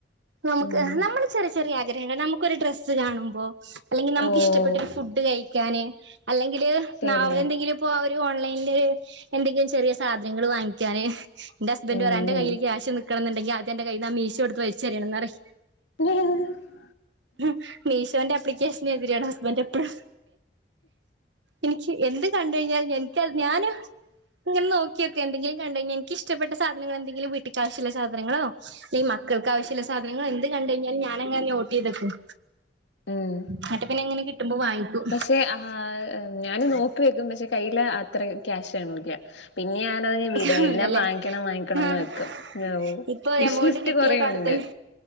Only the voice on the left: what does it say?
ഉം
ഓഹ്
ശരിയാണ്
ഉം
ഉം
ഉം
തേ ആ ഹ് ഞാനും നോക്കി വെക്കും പക്ഷെ കയ്യില് അത്രേം ക്യാഷ് കാണൂല പിന്നെ ഞാനതിനെ വിടും
എല്ലാം വാങ്ങിക്കണം വാങ്ങിക്കണംന്ന്
വെക്കും ഓ
വിഷ്
ലിസ്റ്റ്
കൊറേണ്ട്